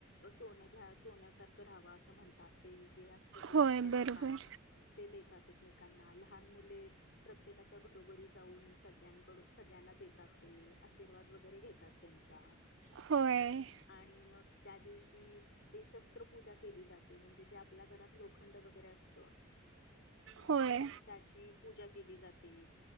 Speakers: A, on the left (about 55°); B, on the right (about 60°).
A: सोनं घ्या सोन्यासारखं राहावा असं म्हणतात ते -- असत ते
B: होय
A: आपटयाच
B: बरोबर
A: पान ते देताते -- एकमेकांना लहान मुले प्रत्येकाच्या घरोघरी जाऊन सगळ्यांकडून सगळ्यांना देतात ते आशीर्वाद वगैरे घेतात त्यांचा
B: होय.
A: आणि मग त्या दिवशी ते शस्त्रपूजा केली जाते म्हणजे जे आपल्या घरात लोखंड वगैरे असत.
B: होय
A: त्याची पूजा केली जाते.